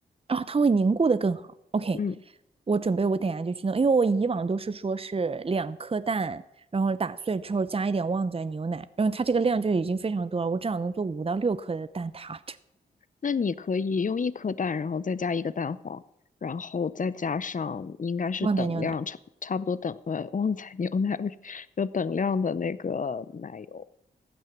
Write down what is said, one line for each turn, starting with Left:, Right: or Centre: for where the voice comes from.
Right: 啊，它会凝固的更好。OK，
Left: 嗯。
Right: 我准备我等下就去弄，因为我以往都是说是两颗蛋，然后打碎之后加一点旺仔牛奶，然后它这个量就已经非常多了，我至少能做五到六颗的蛋挞
Left: 那你可以用一颗蛋，然后再加一个蛋黄，然后再加上应该是等量差差不多等呃旺仔
Right: 旺仔牛奶。
Left: <laughs> 牛奶味，<laughs> 有等量的那个奶油。